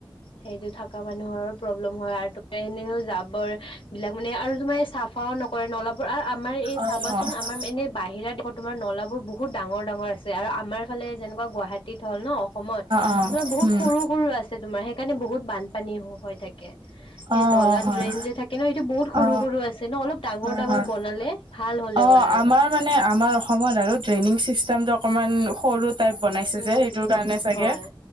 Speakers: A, on the left; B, on the right.
A: সেইটো থাকা মানুহৰো প্ৰব্লেম হয় আৰু ত এনেও যাবৰ এই বিলাক মানে আৰু তোমাৰ চাফাও নকৰে নলাবোৰ আৰু আমাৰ এই
B: অ
A: চাবাচোন
B: অ
A: আমাৰ মানে বাহিৰা তোমাৰ নলাবোৰ বহুত ডাঙৰ ডাঙৰ আছে আৰু আমাৰ ফালে যেনেকুৱা গুৱাহাটীত হ'ল ন অসমত
B: অ
A: তোমাৰ বহুত
B: উম
A: সৰু সৰু আছে তোমাৰ সেইকাৰণে বহুত বানপানী হৈ থাকে এ
B: অ
A: নলাত
B: হয়
A: ড্ৰেইন যে থাকে ন এইটো বহুত সৰু
B: অ
A: সৰু আছে ন অলপ ডাঙৰ
B: হয়
A: ডাঙৰ
B: হয়
A: বনালে ভাল হলে
B: অ
A: হয় আৰু
B: আমাৰ মানে আমাৰ অসমত আৰু ড্ৰেইনিং চিষ্টেমটো অকমান সৰু টাইপ বনাইছে
A: উম,
B: যে সেইটোৰ
A: উম,
B: কাৰণে চাগে
A: হয়।